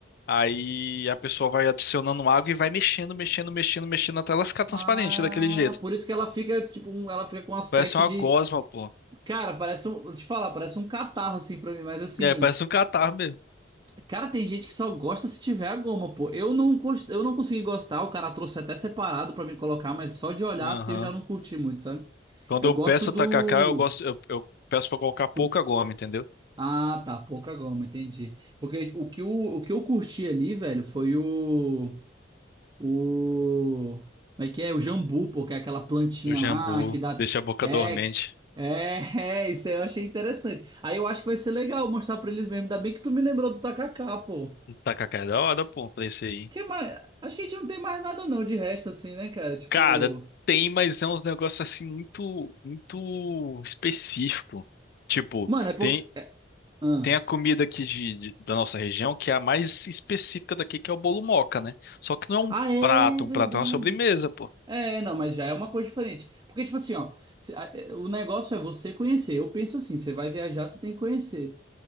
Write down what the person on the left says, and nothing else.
Aí a pessoa vai adicionando água e vai mexendo, mexendo, mexendo, mexendo até ela ficar transparente
daquele jeito.
Parece uma
gosma, pô.
É, parece um catarro mesmo.
Aham.
Quando
eu
peço
tacacá, eu gosto, eu, eu peço pra colocar pouca
goma, entendeu?
O jambu
deixa a boca
dormente.
O Tacacá é da hora, pô, pra esse aí.
Cara, tem, mas é uns negócios assim muito, muito específico. Tipo,
tem,
tem a comida aqui de, de- da nossa região que é a mais específica daqui, que é o bolo moca, né? Só que não é um
prato,
um prato é uma sobremesa, pô.